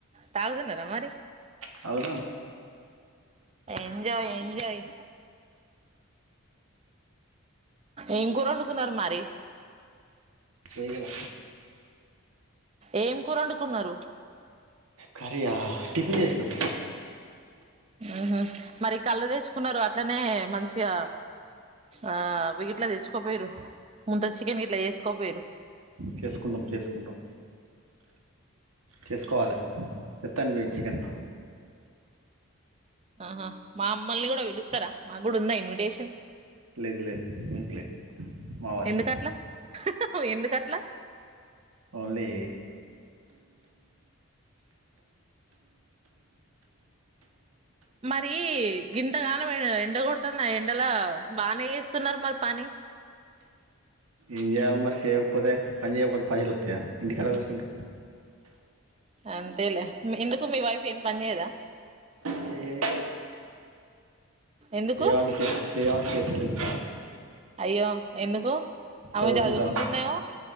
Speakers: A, on the right (about 30°); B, on the right (about 85°).
A: తాగుతున్నారా మరి
B: తాగుదాం
A: ఎంజాయ్ ఎంజాయ్ ఏం కూరొండుకున్నారు మరి
B: పేగల
A: ఏం కూరొండుకున్నారు
B: కరీయా టిఫిన్ జేసినం
A: ఊహు మరి కళ్ళు దెచ్చుకున్నరు అట్లనే మంచిగా ఆ అవి గిట్ల తెచ్చుకోపోయిరు ముంత చికెన్ గిట్ల ఏసుకోపోయిరు
B: చేసుకుంటం చేసుకుంటం చేసుకోవాలె తెత్తను బొయ్ చికెన్
A: ఆహా మా మ్మల్ని గూడా పిలుస్తరా మా గుడా ఉందా ఇన్విటేషన్
B: లేద్ లేద్ మీకు లేదు మా వారికే
A: ఎందుకట్ల ఎందుకట్ల
B: ఓండ్లీ
A: మరీ గింతగానం ఎండ గొడతాంది ఆ ఎండలో బానే ఏస్తున్నరు మరి పని <inaudible>
B: ఎంజేయాలి మరి చేయకపోతే పని చేయకపోతే పైసలొస్తయా ఇంటికాడ కూకుంటే
A: అంతేలే ఎందుకు మీ వైఫ్ ఏం పనిచేయదా
B: చేయ్యది
A: ఎందుకు
B: చెయ్యమంటే చెప్పిన చెయ్యమంటే చెత్తలేదు
A: అయ్యో ఎందుకు ఆమె
B: చదువుకుంటాంది
A: చదువుకుంటున్నాయో